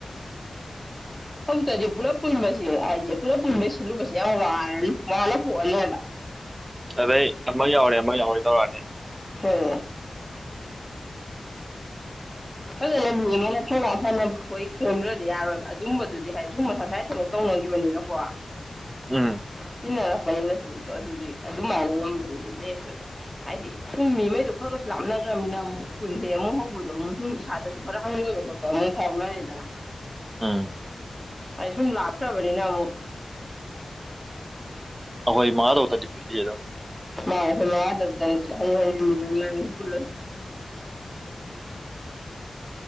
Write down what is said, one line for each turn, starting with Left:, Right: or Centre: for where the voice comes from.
Centre: ꯍꯧꯆꯔꯤ ꯄꯨꯂꯞ ꯄꯨꯟꯕꯁꯦ ꯍꯥꯏꯗꯤ ꯄꯨꯂꯞ ꯄꯨꯟꯕ ꯁꯤꯜꯂꯨꯕꯁꯦ ꯌꯥꯝ ꯋꯥ ꯃꯥꯂ ꯄꯅ
Right: ꯑꯗꯩ ꯑꯃ ꯌꯥꯎꯔꯦ ꯑꯃ ꯌꯥꯎꯔꯦ ꯇꯧꯔꯛꯑꯅꯤ
Centre: ꯍꯣꯏ ꯐꯖꯅ ꯃꯤ ꯑꯃꯅ ꯊꯧꯅꯥ ꯐꯅꯕ ꯑꯩꯈꯣꯏ ꯁꯣꯟꯗ꯭ꯔꯗꯤ ꯌꯥꯔꯣꯏꯕ ꯑꯗꯨꯝꯕꯗꯨꯗꯤ ꯍꯥꯏꯗꯤ ꯁꯨꯝ ꯃꯁꯁꯥꯏ ꯊꯕꯛ ꯇꯧꯅꯈꯤꯕꯅꯤꯅꯀꯣ
Right: ꯎꯝ
Centre: ꯆꯤꯟꯅꯔꯄꯅꯤꯅ ꯊꯕꯛꯇꯣ ꯑꯗꯨꯗꯤ ꯑꯗꯨꯃꯥꯏꯅ ꯉꯝꯕꯗꯨꯗꯤ ꯂꯩꯔꯃꯦꯕ ꯍꯥꯏꯗꯤ ꯁꯨꯝ ꯃꯤꯉꯩꯗꯣ ꯈꯔ ꯈꯁꯨ ꯂꯥꯞꯅꯈ꯭ꯔꯕꯅꯤꯅ ꯑꯃꯨꯛ ꯀꯨꯟꯁꯦ ꯑꯃꯨꯛ ꯍꯧꯕꯗꯣ ꯑꯃꯨꯛ ꯏꯁꯥꯗꯁꯨ ꯈꯔ ꯍꯪꯪꯂꯣꯏꯕ ꯈꯣꯠꯄ ꯑꯃꯨꯛ ꯐꯥꯎꯅꯔꯦꯗꯅ
Right: ꯎꯝ
Centre: ꯑꯩ ꯁꯨꯝ ꯂꯥꯛ ꯀ꯭ꯔꯕꯅꯤꯅꯃꯛ
Right: ꯑꯍꯣꯏ ꯃꯥꯗꯧ ꯇꯗꯤ ꯐꯗꯣ
Centre: <unintelligible>